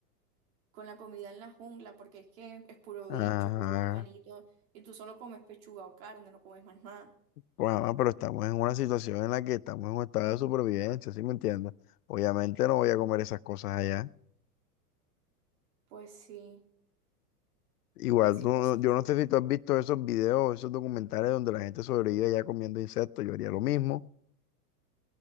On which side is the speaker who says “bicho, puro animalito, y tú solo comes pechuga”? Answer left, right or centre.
Right